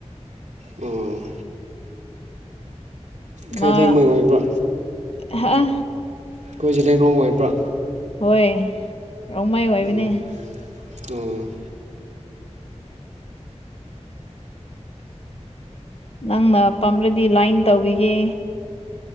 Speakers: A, on the right (about 80°); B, on the left (about 55°).
A: ꯎꯝ ꯈꯩꯂꯦꯡꯃꯩ
B: ꯃꯥ
A: ꯑꯣꯏꯕ꯭ꯔꯥ
B: ꯍꯥ
A: ꯑꯩꯈꯣꯏ ꯖꯤꯂꯩꯔꯣꯡ ꯑꯣꯏꯕ꯭ꯔꯥ
B: ꯍꯣꯏ ꯔꯣꯡꯃꯩ ꯑꯣꯏꯕꯅꯦ
A: ꯎꯝ ꯑꯣ
B: ꯅꯪꯅ ꯄꯥꯝꯔꯗꯤ ꯂꯥꯏꯟ ꯇꯧꯕꯤꯒꯦ